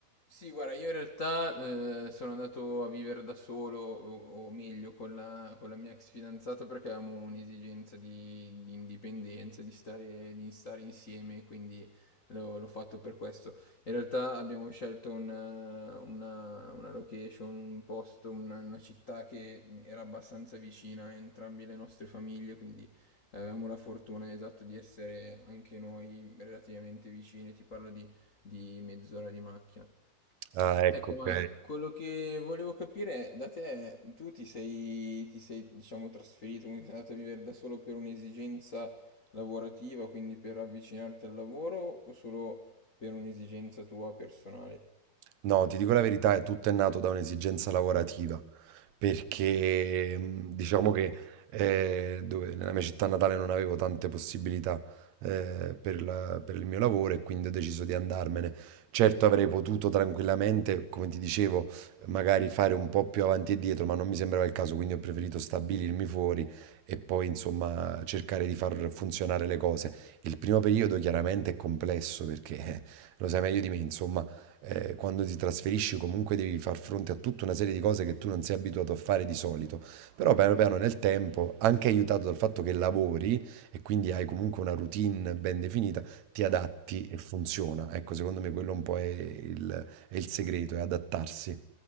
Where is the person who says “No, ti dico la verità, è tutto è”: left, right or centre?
Right